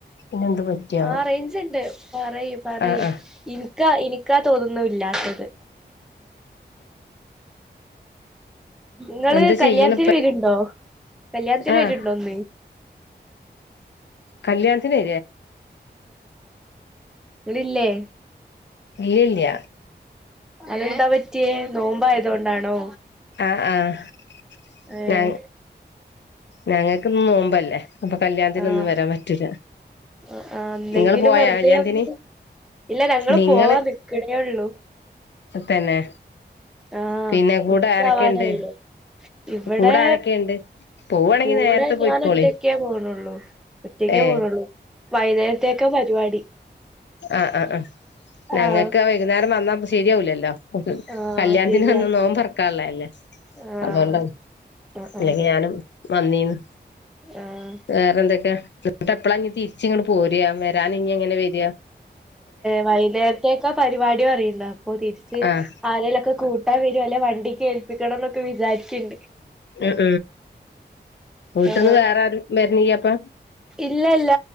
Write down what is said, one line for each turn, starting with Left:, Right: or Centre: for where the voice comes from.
Left: പിന്നെ എന്ത് പറ്റിയാവോ
Centre: ആ റേഞ്ച്ണ്ട് പറയി പറയി
Left: ആഹ് ആഹ്
Centre: എനിക്കാ തോന്നുന്നു ഇല്ലാത്തത്. നിങ്ങള്
Left: എന്താ ചെയ്യണ
Centre: കല്യാണത്തിന്
Left: ഇപ്പ
Centre: വരുണ്ടോ? കല്യാണത്തിന്
Left: ആഹ്
Centre: വരുണ്ടോ ഇന്ന്?
Left: കല്യാണത്തിന്
Centre: ടല്ലേ?
Left: ഇല്ല ഇല്ല്യ.
Centre: അതെന്താ പറ്റിയേ നോമ്പ് ആയതുകൊണ്ടാണോ?
Left: ആ ആ
Centre: ഏഹ്
Left: ഞങ്ങൾക്ക്ന്ന് നോമ്പല്ലേ. അപ്പൊ കല്യാണത്തിനൊന്നും
Centre: ആഹ്
Left: വരാൻ പറ്റൂല്ല
Centre: ആഹ് ആഹ് എന്തെങ്കിലും
Left: നിങ്ങള് പോയാ
Centre: വെറുതെ
Left: കല്യാണത്തിന്?
Centre: ഒന്ന് ഇല്ല ഞങ്ങള്
Left: നിങ്ങള്
Centre: പോവാ നിക്കണേള്ളൂ.
Left: തന്നെ.
Centre: ആഹ്
Left: പിന്നെ കൂടെ
Centre: ഉച്ചാവാനായില്ലേ
Left: ആരൊക്കെയുണ്ട്
Centre: ഇവിടെ
Left: കൂടെ ആരൊക്കെയുണ്ട്? പോവാണെങ്കി
Centre: കൂടെ
Left: നേരത്തെ പോയിക്കോളി
Centre: ഞാൻ ഒറ്റക്കേ പോണള്ളൂ ഒറ്റക്കേ
Left: ഏ
Centre: പോണള്ളൂ. വൈകുന്നേരത്തേക്ക പരിപാടി.
Left: ആ ആ ആ ഞങ്ങൾക്ക്
Centre: ആഹ്
Left: വൈകുന്നേരം വന്നാ ശരിയാവില്ലല്ലോ.
Centre: ആഹ്
Left: കല്യാണത്തിന്
Centre: ശരിയാണ്
Left: വന്ന് നോമ്പ് തുറക്കാനുള്ളതല്ലേ
Centre: ആഹ്
Left: അതുകൊണ്ട
Centre: ആഹ്
Left: അല്ലെങ്കി
Centre: ആഹ്
Left: ഞാനും വന്നീന്ന്
Centre: ആഹ്
Left: വേറെ എന്തൊക്കെയ എന്നിട്ട് എപ്പഴാ ഇനി തിരിച്ച് ഇങ്ങട് പോ വരാൻ ഇനി എങ്ങനെ വരിക?
Centre: വൈകുന്നേരത്തൊക്കെ പരിപാടി പറയണ്ട അപ്പൊ തിരിച്ച്
Left: ആഹ്
Centre: ആരെലൊക്കെ കൂട്ടാൻ വരും അല്ലെ വണ്ടിക്ക് ഏൽപ്പിക്കണം എന്നൊക്കെ വിചാരിക്കുണ്ട്.
Left: ഉം ഉം വീട്ടന്ന്
Centre: ആഹ്
Left: വേറെ ആരും വരണില്ല അപ്പൊ?
Centre: ഇല്ലല്ല